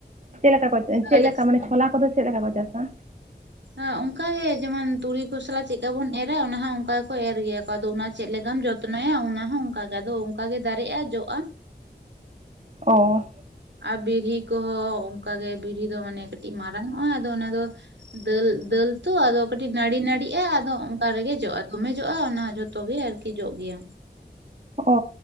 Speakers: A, on the right; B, on the right.
A: ᱪᱮᱫ ᱞᱮᱠᱟ ᱠᱚ, ᱪᱮᱫ
B: ᱟᱞᱮ
A: ᱞᱮᱠᱟ?
B: ᱥᱮᱫ
A: ᱢᱟᱱᱮ ᱪᱷᱚᱞᱟ ᱠᱚᱫᱚ ᱪᱮᱫ ᱞᱮᱠᱟ ᱠᱚ ᱪᱟᱥᱟ?
B: ᱮ ᱚᱱᱠᱟ ᱜᱮ ᱡᱮᱢᱚᱱ ᱛᱩᱲᱤ ᱠᱷᱚᱥᱞᱟ ᱪᱮᱫᱠᱟ ᱵᱚᱱ ᱮᱨᱟ? ᱚᱱᱟ ᱦᱚᱸ ᱚᱱᱠᱟ ᱜᱮᱠᱚ ᱮᱨ ᱜᱮᱭᱟ ᱠᱚ? ᱟᱫᱚ ᱚᱱᱟ ᱪᱮᱫ ᱞᱮᱠᱟᱢ ᱡᱚᱛᱱᱚ ᱛᱚᱱᱚᱭᱟ᱾ ᱚᱱᱟ ᱦᱚᱸ ᱚᱱᱠᱟ ᱜᱮ ᱟᱫᱚ ᱚᱱᱠᱟ ᱜᱮ ᱫᱟᱨᱮᱜᱼᱟ, ᱡᱚᱜᱼᱟ
A: ᱚᱻ᱾
B: ᱟᱨ ᱵᱤᱨᱲᱤ ᱠᱚᱦᱚᱸ ᱚᱱᱠᱟ ᱜᱮ ᱵᱤᱨᱲᱤ ᱫᱚ ᱢᱟᱱᱮ ᱠᱟᱹᱴᱤᱡ ᱢᱟᱨᱟᱝ ᱚᱜᱼᱟ, ᱟᱫᱚ ᱚᱱᱟ ᱫᱚ ᱫᱟᱹᱞ ᱫᱟᱹᱞ ᱛᱚ, ᱟᱫᱚ ᱠᱟᱹᱴᱤᱡ ᱱᱟᱹᱲᱤ ᱱᱟᱹᱲᱤᱜᱼᱟ᱾ ᱟᱫᱚ ᱚᱱᱠᱟ ᱨᱮᱜᱮ ᱡᱚᱜᱼᱟ, ᱫᱚᱢᱮ ᱡᱚᱜᱼᱟ, ᱚᱱᱟ ᱡᱚᱛᱚ ᱛᱚᱵᱮ ᱟᱨᱠᱤ ᱡᱚᱜ ᱜᱮᱭᱟ᱾
A: ᱚ